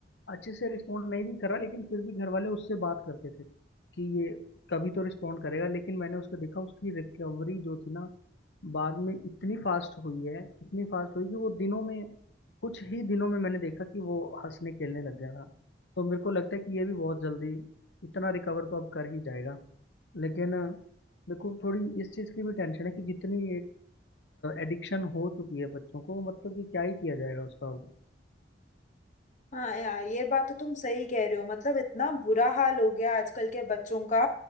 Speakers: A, on the left (about 75°); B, on the left (about 45°).
A: अच्छे से रिस्पॉन्ड नहीं भी कर रहा लेकिन फिर भी घर वाले उससे बात करते थे कि ये कभी तो रिस्पॉन्ड करेगा लेकिन मैंने उसको देखा उसकी रिकवरी जो थी ना बाद में इतनी फास्ट हुई है इतनी फास्ट हुई कि वो दिनों में कुछ ही दिनों में मैंने देखा कि वो हंसने खेलने लग गया था तो मेरे को लगता है कि ये भी बहुत जल्दी इतना रिकवर तो अब कर ही जाएगा लेकिन अ, देखो थोड़ी इस चीज़ की भी टेंशन है कि जितनी एडिक्शन हो चुकी है बच्चों को मतलब कि क्या ही किया जाएगा उसका अब।
B: हाँ यार ये बात तो तुम सही कह रहे हो मतलब इतना बुरा हाल हो गया आजकल के बच्चों का